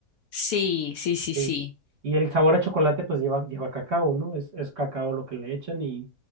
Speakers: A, on the left (about 70°); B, on the right (about 50°).
A: Sí, sí, sí, sí.
B: Sí. Y el sabor a chocolate pues lleva, lleva cacao, ¿no? Es, es cacao lo que le echan y